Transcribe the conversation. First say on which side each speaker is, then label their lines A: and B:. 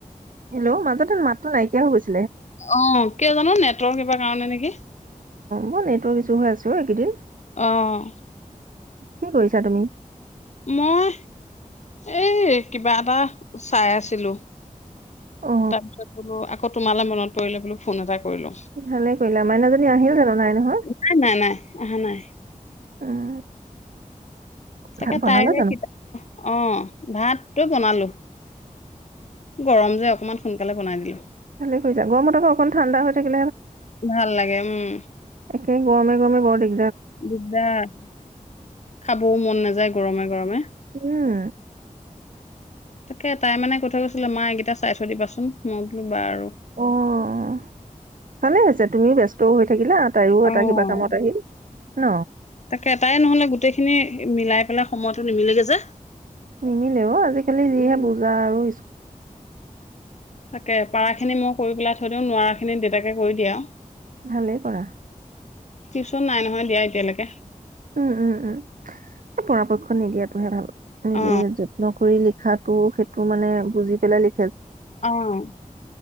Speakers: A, on the right; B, on the left.
A: hello মাজতে মাততটো নাইকিয়া হৈ গৈছে
B: অ', কিয় জানো নেটৱৰ্ক <unintelligible> কি?
A: বহুনেটৱৰ্ক ইছু হৈ আছে অ এইকেদিন।
B: অ'।
A: কি কৰিছা তুমি?
B: মই এই কিবা এটা চাই আছিলোঁ।
A: অ
B: তাৰপিছত হ'লো আক' তোমালে মনত পৰিলে বোলো ফোন এটা কৰিলো
A: ভালে কৰিলা, মাইনাজনী <unintelligible> আহিল জানো, নাই? নহয়
B: নাই, নাই, নাই, আহা নাই।
A: উম
B: তাকে
A: ভাত বনালা
B: তাইৰে
A: জানো
B: কিবা, অ' ভাত। <unintelligible> বনালো। গৰম যে অকমান সোনকালে বনাই দিলোঁ।
A: অ হই যাব গৰম অকন ঠাণ্ডা থাকিলে
B: ভাল লাগে উমম।
A: একে গৰমে গৰমে বৰ দিক
B: দিগদাৰ, খাবও মন নাযায় গৰমে গৰমে
A: উম
B: তাকে তাই মানে কৈ থৈ গৈছিলে মা এইকেইটা চাই থৈ দিবাচোন, মই বোলো বাৰু
A: অঅঅ ভালেই হৈছে। তুমিও ব্যস্ত হৈ থাকিলা! তাইও
B: অ'।
A: এটা কিবা কামত আহিল। ন!
B: তাকে তাই নহলে গোটেইখিনি মিলাই পেলাই সময়তটো নিমিলেগে যে।
A: নিমিলে অ আজিকালি যিহে
B: উম।
A: বুজা আৰু <inaudible>
B: তাকে পাৰাখিনি মই কৰি পেলাই থৈ নোৱাৰাখিনি দেউতাকে কৰি দিয়া আৰু।
A: ভালেই কৰা
B: টিউশচন নাই নহয় দিয়া এতিয়ালৈকে।
A: উম, উম, উম। এ, পৰাপক্ষ নিদিয়াতোহে ভাল। নিজে
B: অ
A: যত্ন কৰি লি হতো সেইটো মানে বুজি পেলাই লি
B: অ',